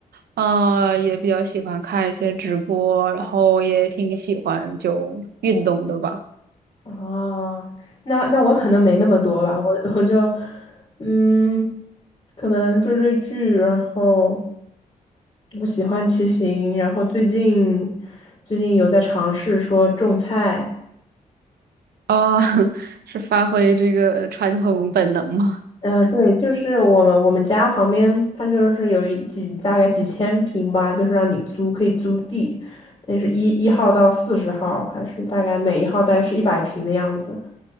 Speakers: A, on the right; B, on the left.
A: 啊，也比较喜欢看一些直播，然后也挺喜欢就运动的吧。
B: 哦，那那我可能没那么多吧，我我就嗯，可能追追剧，然后我喜欢骑行，然后最近最近有在尝试说种菜，
A: 啊、<laughs> 是发挥这个传统本能吗？
B: 嗯、呃对，就是我们我们家旁边，它就是有一几大概几千平吧，就是让你租，可以租地，但是一一号到四十号，还是大概每一号大概是一百平的样子。